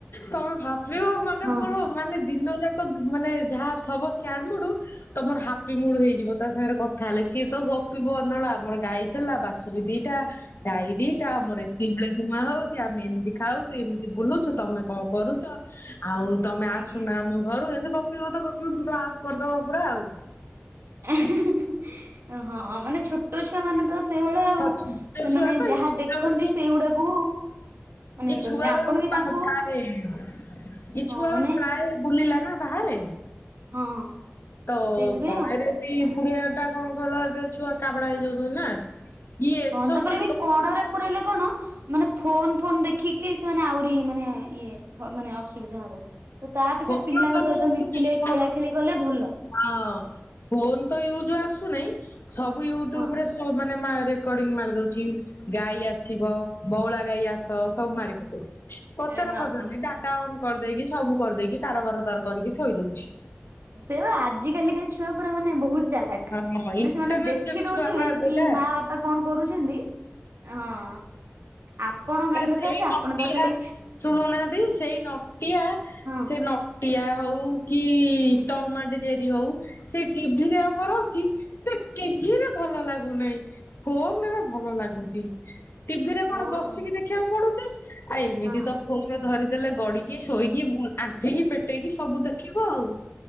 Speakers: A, on the left (about 65°); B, on the right (about 65°).
A: ତମେ ଭାବି ମାନେ
B: ହଁ
A: ମୋର ମାନେ ଦିନ ଯାକ ମାନେ ଯାହା ଥବ ସାଡ ମୁଡ୍ ତମର ହାପି ମୁଡ୍ ହେଇଯିବ ତା ସାଙ୍ଗରେ କଥା ହେଲେ ସିଏ ତ ଗପିବ ଅନଳ ଆମର ଗାଈ ଥିଲା ବାଛୁରୀ ଦିଟା ଗାଈ ଏଟା ଆମର ଏତିକି ଭଳିଆ ଧୂଆଁ ହଉଛି ଆମେ ଏମିତି ଖାଉଛୁ ଏମିତି ବୁଲୁଛୁ ତମେ କଣ କରୁଛ? ଆଉ ତମେ
B: ଆଜ୍ଞା।
A: ଆସୁନା ଆମ ଘରୁ ଏମିତି ଗପି ବତ ଗପିବ ପୁରା ଆଉଟ୍ କରିଦବ ପୁରା ଆଉ
B: ଏଁ ହେଁ ହେଁ ହଁ ମାନେ ଛୋଟ ଛୁଆ ମାନେ ତ ସେଇଭଳିଆ ଆଉ।
A: ହଁ ଛୋଟ
B: ସେମାନେ
A: ଛୁଆ ତ
B: ଯାହା
A: ଛୁଆବେଳୁ
B: ଦେଖନ୍ତି
A: ଭି
B: ସେଇଗୁଡାକୁ ମାନେ
A: ଇଏ
B: କରନ୍ତି
A: ଛୁଆ
B: ଆପଣ
A: ବେଳୁ
B: ବି ତାଙ୍କୁ
A: ପା ଖାଏ ଇଏ
B: ହଁ
A: ଛୁଆ
B: ମାନେ
A: ବେଳୁ ପ୍ରାୟେ ବୁଲିଲା ନା ବାହାରେ
B: ହଁ
A: ତ
B: ସେଇଥିପାଇଁ
A: ଗଣରେ
B: ଆଉ
A: ବି ପୁରେଇବାଟା କଣ କହିଲ ଏବେ ଛୁଆ କାବେଡା ହେଇଯାଉଛନ୍ତି ନା ଇଏ ଏସବୁରେ
B: ହଁ ତାପରେ ବି
A: ଲୋ
B: କଣରେ ପୁରେଇଲେ କଣ ମାନେ ଫୋନ ଫୋନ ଦେଖିକି ସେମାନେ ଆହୁରି ମାନେ ଇଏ ହ ମାନେ ଅସୁବିଧା ହବ ତ ତା ଅପେକ୍ଷା
A: ଫୋନ
B: ପିଲାଙ୍କ
A: ଚଲେଇ
B: ସହିତ
A: ଆସୁନି
B: ମିଶିଲେ
A: ଶୁଣ
B: ଖେଳା ଖେଳି କଲେ ଭଲ।
A: ହଁ ଫୋନ ତ ୟୁଜ ଆସୁନାହିଁ ସବୁ ୟୁଟ୍ୟୁବରେ
B: ହଁ।
A: ସୋ ମାରେ ରେକଡିଂ ମାରିଦଉଛି ଗାଈ ଆଛିବ ବଉଳା ଗାଈ ଆସ ସବୁ ମାରି ପକୋଉଛି ପଚାର
B: ଏ ହଁ
A: ପଚରୁନି
B: ହଁ।
A: ଡାଟା ଅନ୍ କରିଦେଇକି ସବୁ କରିଦେଇକି କାରବାର ତାର କରିକି ଥୋଇ ଦଉଛି।
B: ସେଇଆ ପା ଆଜି କାଲିକା ଛୁଆ ପୁରା ମାନେ ବହୁତ୍ ଚାଲାଖ
A: ହଁ
B: ମାନେ
A: ଇଣ୍ଟରନେଟ
B: ସେମାନେ ଦେଖି ଦଉଥିବେ,
A: ଛୁଆ ବା ଏବେକା।
B: କି ମା ବାପା କଣ କରୁଛନ୍ତି। ହଁ। ଆପଣ ମେନ୍
A: ଆରେ
B: କଥା
A: ସେଇ
B: ହଉଛି ଆପଣ
A: ନଟିଆ
B: ତ ଖାଲି
A: ଶୁଣୁନାହାନ୍ତି ସେଇ ନଟିଆ
B: ହଁ
A: ସେ ନଟିଆ ହଉ କି ଟମ ଆଣ୍ଡ ଜେରୀ ହଉ ସେ ଟି ଭି ରେ ଆମର ଅଛି। ସେ ଟି ରେ ଭଲ ଲାଗୁନାହିଁ ଫୋନରେ ଭଲ ଲାଗୁଛି ଟିଭିରେ କଣ
B: ଓହୋ
A: ବସିକି ଦେଖ ପଡୁଚି ଆ ଏମିତି
B: ହଁ
A: ତ ଫୋନ ଧରିଦେଲେ ଗଡିକି, ସୋଇକି ଉଁ ଆଣ୍ଠେଇକି ପେଟ ପେଟେଇକି ସବୁ ଦେଖିବ ଆଉ